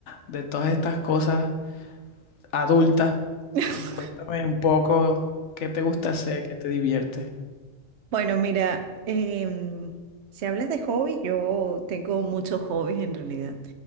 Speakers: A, on the left; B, on the right.
A: de todas estas cosas adultas
B: <laughs>
A: y cuéntame un poco qué te gusta hacer, qué te divierte.
B: Bueno, mira, em, si hablas de hobbies, yo tengo muchos hobbies en realidad.